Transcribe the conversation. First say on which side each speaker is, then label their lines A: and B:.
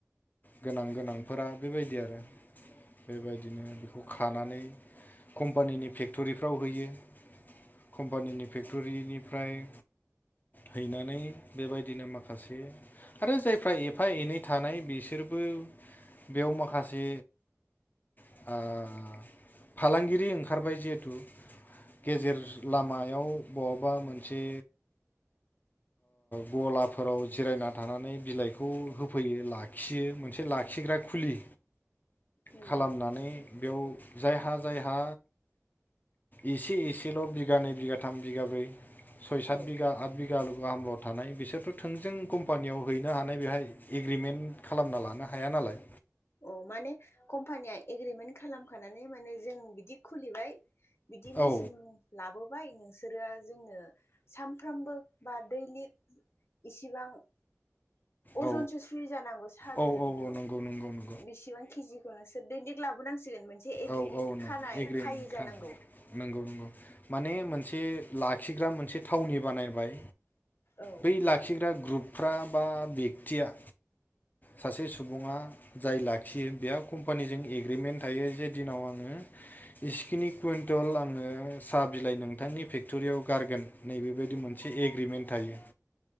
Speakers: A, on the left (about 35°); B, on the left (about 50°).
A: गोनां गोनांफोरा बेबायदि आरो बेबायदिनो बेखौ खानानै कम्पानिनि फेक्ट'रिफ्राव होयो। कम्पानिनि फेक्टरिनिफ्राय हैनानै बेबायदिनो माखासे आरो जायफ्रा एफा एनै थानाय बिसोरबो बेयाव माखासे आ फालांगिरि ओंखारबाय जिहेथु गेजेर लामायाव बहाबा मोनसे गलाफोराव जिरायना थानानै बिलाइखौ होफैयो लाखियो मोनसे ला खिग्रा खुलि
B: नंगौ
A: खालामनानै बेयाव जायहा जायहा एसे एसेल' बिगानै बिगा थाम बिघा ब्रै सय सत
B: औ
A: बिघा आत बिघा गालु गाहामलायाव थानाय बिसोरथ' थोंजों कम्पानियाव हैनो हानाय बेहाय एग्रिमेन्ट खालामना लानो हाया नालाय।
B: अ माने कम्पानिया एग्रिमेन्ट खालामखानानै माने जों बिदि खुलिबाय। बिदि मेचिन
A: औ
B: लाबोबाय नोंसोरो जोंनो सामफ्रामबो बा दै लिग इसिबां अजनसो
A: औ
B: सुुयो जानांगौ साहा
A: औ
B: बिलाइखौथ'
A: औ औ नोंगौ।
B: बिसिबां केजिखौ नोंसोर दैलिक लाबोनांसिगोन मोनसे एग्रिमेन्ट
A: औ औ न
B: खानाय
A: एग्रिमेन्ट
B: खायो
A: खा
B: जानांगौ।
A: नंगौ नंगौ माने
B: औ
A: मोनसे लाखिग्रा मोनसे थावनि बानायबाय।
B: औ
A: बै लाखिग्रा ग्रुपफ्रा बा बेक्तिया सासे सुबुङा जाय लाखियो बेहा कम्पानिजों एग्रिमेन्ट थायो जे दिनाव आङो इस्किनि कुवइन्टल आङो साहा बिलाइ नोंथांनि फेक्ट'रियाव गारगोन। नैबेबायदि मोनसे एग्रिमेन्ट थायो।